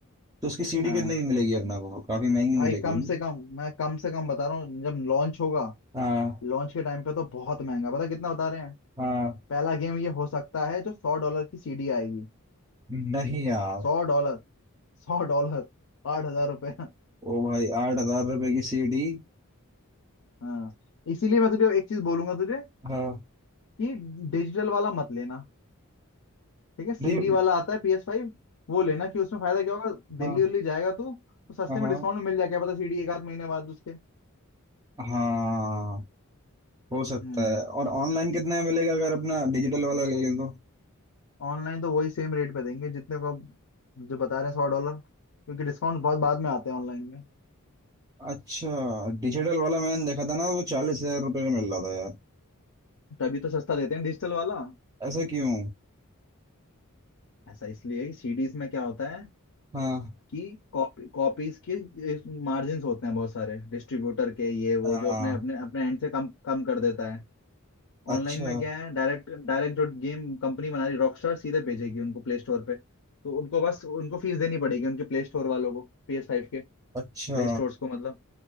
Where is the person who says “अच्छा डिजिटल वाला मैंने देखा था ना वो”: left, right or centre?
Right